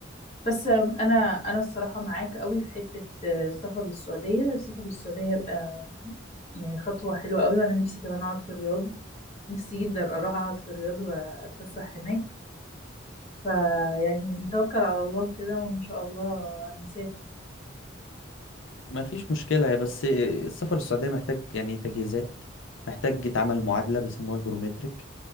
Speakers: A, on the left; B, on the left.
A: بس آه، أنا أنا الصراحة معاك قوي في حتة آه، السفر للسعودية السفر للسعودية هيبقى يعني خطوة حلوة قوي وأنا نفسي كمان أقعد في الرياض نفسي جدا أروح أقعد في الرياض وأتفسح هناك فيعني نتوكل على الله كده وإن شاء الله نسافر
B: ما فيش مشكله يا بس السفر للسعوديه محتاج يعني تجهيزات محتاج يتعمل معادله بيسموها البروميتريك